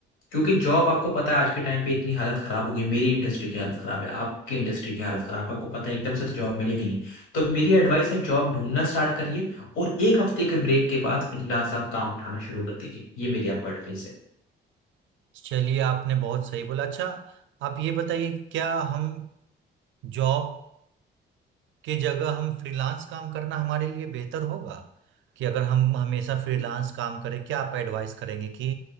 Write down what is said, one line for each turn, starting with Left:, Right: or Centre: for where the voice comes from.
Left: क्योंकि जॉब आपको पता है आज के टाइम पे इतनी हालत खराब हो गई मेरी इंडस्ट्री की हालत खराब है आपकी इंडस्ट्री की हालत खराब है आपको पता है एकदम से तो जॉब मिलेगी नहीं तो मेरी एडवाइस है जॉब ढूंढना स्टार्ट करिए और एक हफ्ते के ब्रेक के बाद फ्रीलांस आप काम उठाना शुरू कर दीजिए ये मेरी आपको एडवाइस
Right: चलिए आपने बहुत सही बोला अच्छा आप ये बताइए क्या हम जॉब के जगह हम फ्रीलांस काम करना हमारे लिए बेहतर होगा कि अगर हम हमेशा फ्रीलांस
Left: है
Right: काम करें क्या आप एडवाइस करेंगे कि